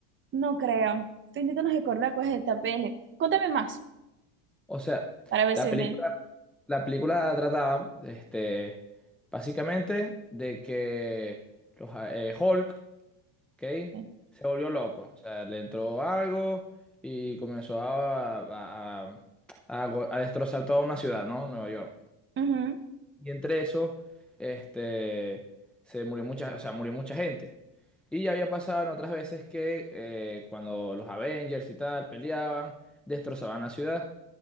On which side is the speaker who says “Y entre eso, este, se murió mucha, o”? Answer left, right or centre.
Centre